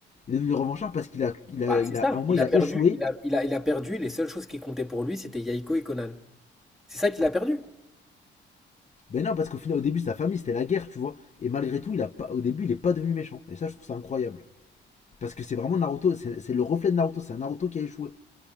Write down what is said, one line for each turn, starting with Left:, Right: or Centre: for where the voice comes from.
Left: Il est devenu revanchard parce qu'il a, il a,
Centre: bah,
Left: il
Centre: c'est ça.
Left: a, à un moment,
Centre: Il
Left: il
Centre: a
Left: a
Centre: perdu.
Left: échoué.
Centre: Il a, il a, il a perdu. et Les seules choses qui comptaient pour lui, c'était Yahiko et Conan. C'est ça qu'il a perdu.
Left: Ben non, parce qu'au final, au début, sa famille, c'était la guerre, tu vois. Et malgré tout, il a pas, au début, il est pas devenu méchant. Et ça, je trouve ça incroyable. Parce que c'est vraiment Naruto, c'est c'est le reflet de Naruto, c'est un Naruto qui a échoué.